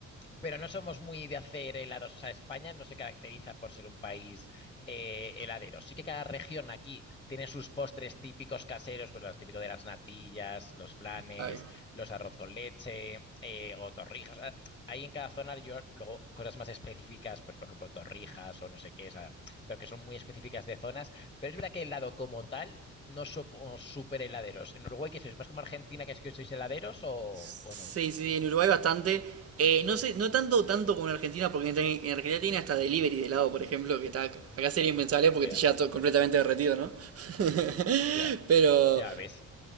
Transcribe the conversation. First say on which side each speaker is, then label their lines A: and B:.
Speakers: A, on the left (about 20°); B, on the right (about 50°).
A: pero no somos muy de hacer helados. O sea, España no se caracteriza por ser un país eh, heladero. Sí que cada región aquí tiene sus postres típicos caseros, pues los típicos de las natillas, los flanes,
B: Ay.
A: los arroz con leche eh, o torrijas. Ah, Ahí en cada zona yo luego cosas más específicas, pues por ejemplo torrijas o no sé qué, o sea, pero que son muy específicas de zonas. Pero es verdad que el helado como tal no somos súper heladeros. ¿En Uruguay qué sois? ¿Más como Argentina que es que sois heladeros o,
B: Sí,
A: o no?
B: sí, sí, en Uruguay bastante. Eh, no sé, no tanto tanto como en Argentina, porque en, en Argentina tiene hasta delivery de helado, por ejemplo, que está, acá sería impensable
A: Hostias,
B: porque te llega todo completamente derretido, ¿no? <laughs>
A: ya,
B: Pero,
A: ya ves.